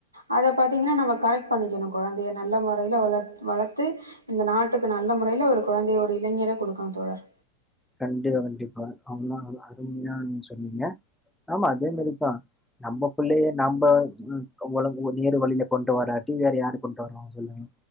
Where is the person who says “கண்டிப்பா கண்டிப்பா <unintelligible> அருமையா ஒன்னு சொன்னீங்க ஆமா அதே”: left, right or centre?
Centre